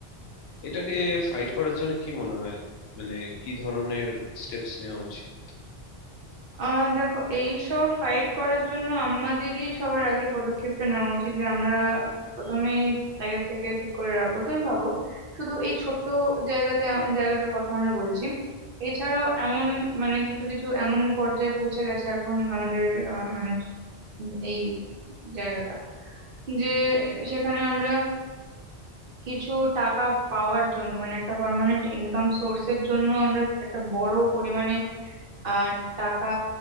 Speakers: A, on the left (about 70°); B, on the right (about 60°).
A: এটাকে ফাইট করার জন্য কি মনে হয় মানে কি ধরনের স্টেপস নেওয়া উচিত
B: আহ দেখো এই সব ফাইট করার জন্য আমাদেরই সবার আগে পদক্ষেপটা নেওয়া উচিত যে আমরা প্রথমেই আগের থেকে ঠিক করে রাখবো তুমি ভাবো শুধু এই ছোট্ট জায়গাতে আ- জায়গাটার কথা আমরা বলছি এছাড়াও এমন মানে কিছু কিছু এমন পর্যায়ে পৌঁছে গেছে এখন আমাদের আহ, মানে উম, এই জায়গাটা যে সেখানে আমরা কিছু টাকা পাওয়ার জন্য মানে একটা পার্মানেন্ট ইনকাম সোর্সের জন্য আমরা একটা বড় পরিমাণে আহ টাকা